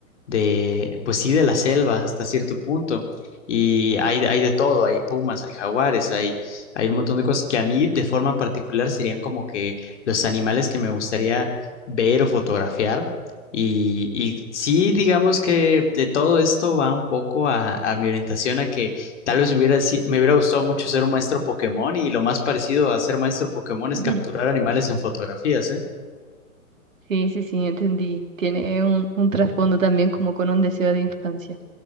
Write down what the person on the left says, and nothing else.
de, pues sí, de la selva hasta cierto punto. Y hay, hay de todo, hay pumas, hay jaguares, hay, hay un montón de cosas que a mí de forma particular serían como que los animales que me gustaría ver o fotografiar, y, y sí, digamos que de todo esto va un poco a, a mi orientación a que tal vez me hubiera, si- me hubiera gustado mucho ser un maestro Pokémon y lo más parecido a ser maestro Pokémon es
capturar animales en fotografías, ¿eh?